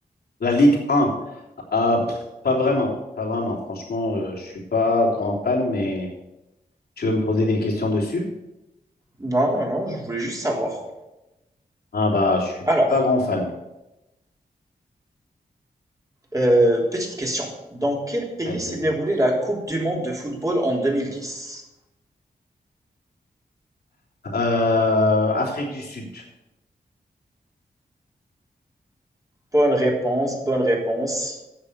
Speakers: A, on the left (about 75°); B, on the right (about 20°).
A: La Ligue 1. Ah, pff, pas vraiment, pas vraiment. Franchement, euh, je suis pas grand fan, mais tu veux me poser des questions dessus?
B: Non, non, non, je voulais juste savoir.
A: Ah bah, je suis
B: Alors,
A: pas grand fan.
B: Euh, petite question. Dans quel pays
A: Allez,
B: s'est
A: vas-y.
B: déroulée la Coupe du monde de football en deux mille dix
A: Euh, Afrique du Sud.
B: Bonne réponse, bonne réponse.